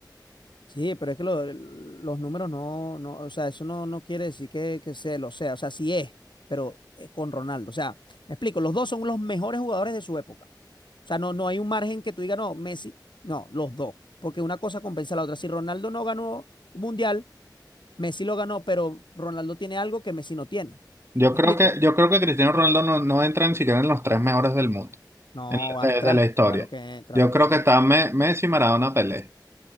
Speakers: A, on the left; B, on the right.
A: Sí, pero es que lo- los números no, no, o sea, eso no, no quiere decir que, que se lo sea. O sea, sí es, pero es con Ronaldo. O sea, me explico, los dos son los mejores jugadores de su época. O sea, no, no hay un margen que tú digas, no, Messi, no, los dos. Porque una cosa compensa a la otra. Si Ronaldo no ganó un mundial, Messi lo ganó, pero Ronaldo tiene algo que Messi no tiene.
B: Yo
A: ¿Me
B: creo
A: explico?
B: que, yo creo que Cristiano Ronaldo no, no entra ni siquiera en los tres mejores del mundo,
A: No,
B: en la-
A: va a entrar.
B: de, de la historia.
A: Claro que, claro
B: Yo
A: que
B: creo que
A: entra.
B: está Me- Messi, Maradona, Pelé.